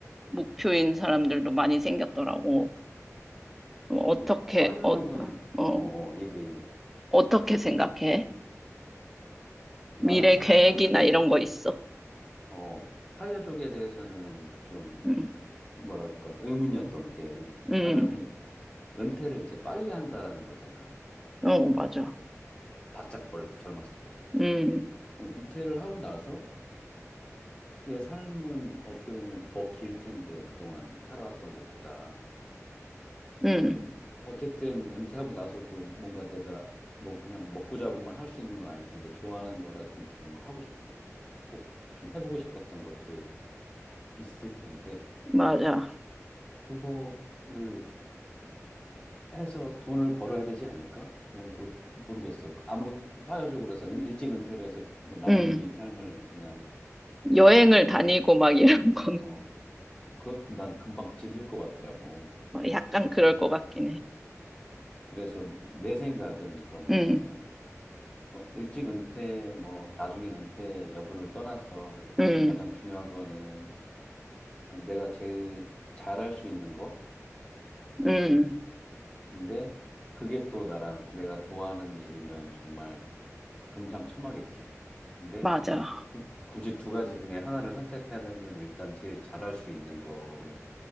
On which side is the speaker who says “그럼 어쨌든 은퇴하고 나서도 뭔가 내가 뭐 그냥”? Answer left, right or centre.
Left